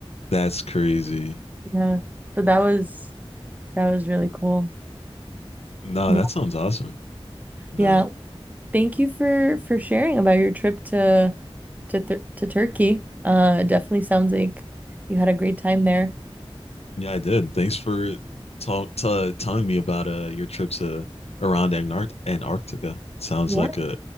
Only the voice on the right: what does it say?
Yeah. So that was That was really cool.
Yeah.
Yeah.
Thank you for for sharing about your trip to to Tur- to Turkey. Uh, it definitely sounds like you had a great time there.
Yeah.